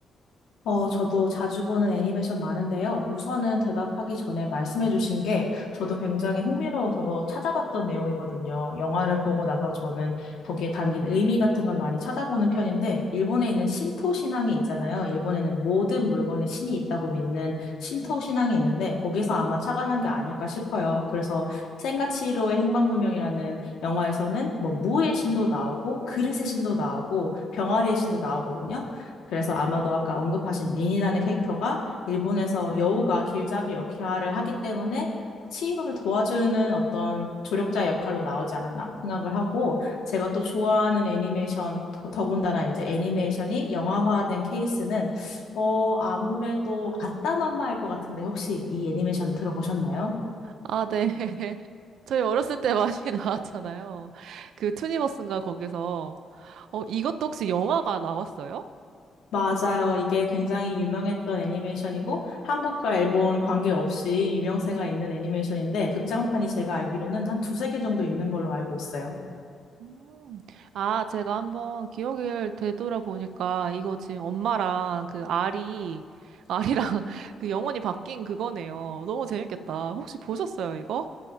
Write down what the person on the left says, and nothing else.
어, 저도 자주 보는 애니메이션 많은데요. 우선은 대답하기 전에 말씀해주신 게 저도 굉장히 흥미로워서 찾아봤던 내용이거든요. 영화를 보고 나서 저는 거기에 담긴 의미 같은 걸 많이 찾아보는 편인데, 일본에 있는 신토 신앙이 있잖아요. 일본에는 모든 물건에 신이 있다고 믿는 신토 신앙이 있는데, 거기서 아마 착안한 게 아닐까 싶어요. 그래서 센과치히로의 행방불명이라는 영화에서는 뭐 무의 신도 나오고, 그릇의 신도 나오고, 병아리의 신도 나오거든요. 그래서 아마도 아까 언급하신 린이라는 캐릭터가 일본에서 여우가 길잡이 역할을 하기 때문에 치히로를 도와주는 어떤 조력자 역할로 나오지 않았나 생각을 하고 제가 또 좋아하는 애니메이션 더군다나 이제 애니메이션이 영화화된 케이스는 어 아무래도 아따맘마일 것 같은데 혹시 이 애니메이션 들어보셨나요?
맞아요. 이게 굉장히 유명했던 애니메이션이고 한국과 일본 관계없이 유명세가 있는 애니메이션인데 극장판이 제가 알기로는 한 두세 개 정도 있는 걸로 알고 있어요.